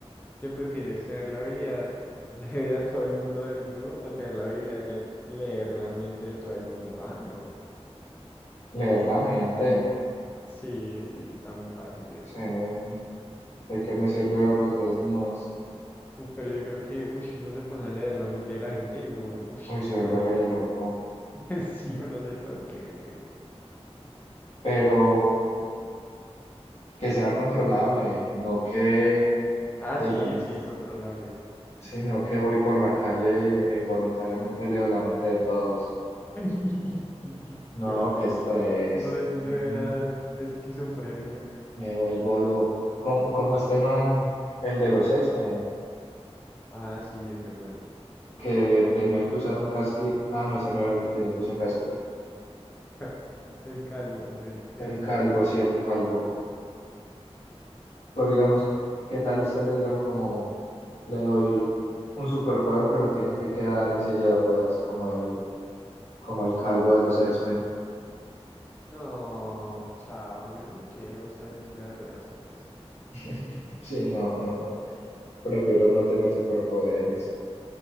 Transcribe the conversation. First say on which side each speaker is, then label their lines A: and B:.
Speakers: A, on the left; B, on the left.
A: ¿Qué prefieres? ¿Tener la habilidad de ver a todo el mundo desnudo o tener la habilidad de leer la mente de todo el mundo? Ah, no.
B: Leer la mente.
A: Sí, sí, está muy fácil eso.
B: Sí, ¿de qué me sirve verlos desnudos?
A: Uf, pero yo creo que ush, uno se pone a leer la mente de la gente y uno, uff,
B: Uy, se
A: no.
B: vuelve re loco.
A: <laughs> Sí, uno se enloquece.
B: Pero que sea controlable, no que,
A: Ah,
B: digamos,
A: sí, sí, controlable.
B: sino que voy
A: Sí.
B: por la calle e involuntariamente leo la mente de todos.
A: <laughs>
B: No,
A: Qué horrible.
B: qué estrés.
A: No, eso
B: Mm.
A: se verá esquizofrenia.
B: Me vuelvo loco. Como, como este man, el de los X-Men,
A: Ah, sí, ese man.
B: que tenía que usar un casquito. Ah, no, ese no era el que tenía que usar un casco.
A: <laughs> El calvo es el, que-
B: El
A: el
B: calvo,
A: casco.
B: sí, el calvo. Pero digamos, ¿qué tal usted le digan como le doy un superpoder, pero tiene que quedar en silla de ruedas, como el, como el calvo de los X-Men?
A: No, chao, yo no quiero estar en silla de ruedas, qué pereza. <laughs>
B: <laughs> Sí, no, no, no. Prefiero no tener superpoderes.